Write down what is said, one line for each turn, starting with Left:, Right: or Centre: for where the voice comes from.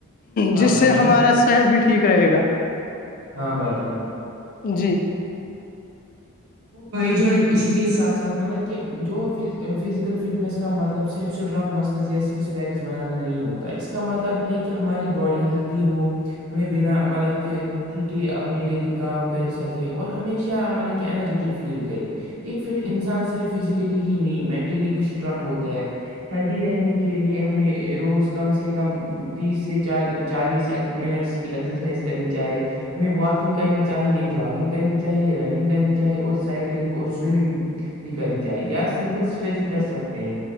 Right: ہاں
Left: جس سے
Right: بھائی جان
Left: ہمارا صحت بھی ٹھیک رہے گا
Right: ہاں بائی جان
Left: جی
Right: بائی جان اسی کے ساتھ ساتھ مطلب کہ جو فزیکل فٹنیس کا مطلب صرف اسٹرانگ مسلز یا سکس پیکس بنانا نہیں ہوتا ہے اس کا مطلب ہے کہ ہماری باڈی ہیلدی ہو ہمیں بنا مل کہ تھک اپنی ڈیلی کام کر سکیں اور ہمیشہ مطلب کہ انرج فیل کریں ایک فٹ انسان صرف فزیکلی ہی نہیں مینٹلی بھی اسٹرانگ ہوتا ہے ہیلدی رہنے کے لیے ہمیں روز کم سے کم تیس سے چالیس منٹس کی ایکزرسائز کرنی چاہی ہمیں واکنگ کرنی چاہیے جگنگ کرنی چاہیے رننگ کرنی چاہیے چاہے اور سائکلنگ اور سوئمنگ بھی کرنی چاہیے یا سمپل اسٹریچنگ کر سکتے ہیں